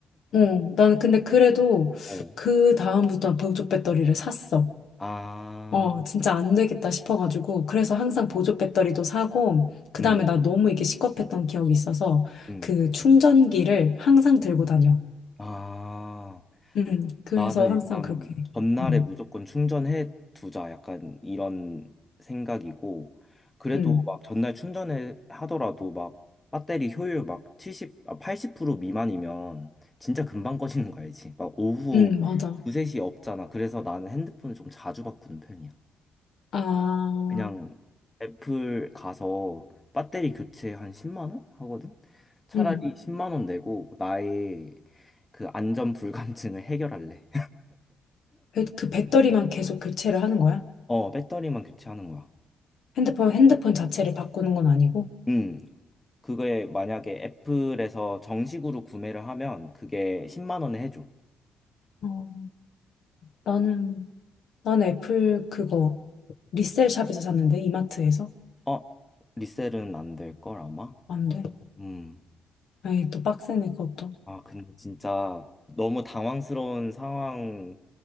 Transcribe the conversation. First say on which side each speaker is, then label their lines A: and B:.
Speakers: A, on the left (about 70°); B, on the left (about 15°).
A: 어, 나는 근데 그래도
B: 어,
A: 그 다음부터 는우족 배터리를 샀어.
B: 아,
A: 어, 진짜 안 되겠다 싶어가지고, 그래서 항상 보조 배터리도 사고, 그
B: 음,
A: 다음에 나 너무 이게 시겁했던 기억이 있어서,
B: 음,
A: 그 충전기를 항상 들고 다녀.
B: 아.
A: 음, 그래서
B: 나는
A: 항상
B: 일단
A: 그렇게.
B: 전날에
A: 음,
B: 무조건 충전해 두자 약간 이런 생각이고 그래도
A: 음,
B: 막 전날 충전해 하더라도 막 배터리 효율 막 70, 아, 80% 미만이면 진짜 금방 꺼지는 거 알지? 막 오후
A: 음, 맞아.
B: 2, 3시 없잖아. 그래서 나는 핸드폰을 좀 자주 바꾸는 편이야.
A: 아,
B: 그냥 애플 가서 배터리 교체 한 10만 원 하거든? 차라리
A: 음,
B: 10만 원 내고 나의 그 안전 불감증을 해결할래.
A: 배- 그 배터리만 계속 교체를 하는 거야?
B: 어, 배터리만 교체하는 거야.
A: 핸드폰, 핸드폰 자체를 바꾸는 건 아니고?
B: 음, 그게 만약에 애플에서 정식으로 구매를 하면 그게 10만 원에 해줘.
A: 어, 나는, 난 애플 그거, 리셀 샵에서 샀는데, 이마트에서?
B: 어, 리셀은 안 될 걸 아마?
A: 안 돼.
B: 음.
A: 에이, 또 빡세네, 그것도.
B: 아, 근데 진짜 너무 당황스러운 상황의